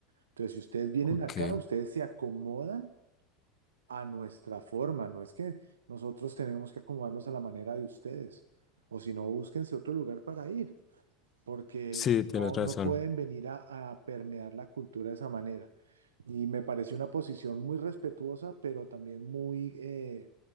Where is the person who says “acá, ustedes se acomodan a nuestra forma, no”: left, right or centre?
Right